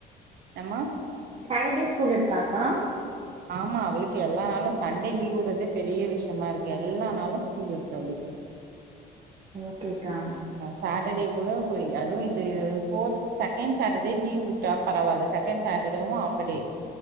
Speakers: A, on the right (about 70°); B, on the right (about 35°).
A: எம்மா
B: சாட்டடே ஸ்கூல் இருக்காக்கா
A: ஆமா அவளுக்கு எல்லா நாளு சண்டே லீவ்வுட்றதே பெரிய விஷ்யமா இருக்கு எல்லா நாளு ஸ்கூல் இருக்கு அவளுக்கு
B: ஓகேக்கா
A: அ சாட்டர்டே கூட போய் அதுவு இந்த ஃபோர்த் செகண்ட் சாட்டர்டே லீவ் வுட்டா பரவால்ல செகண்ட் சாட்டர்டேவு ஆஃப்படே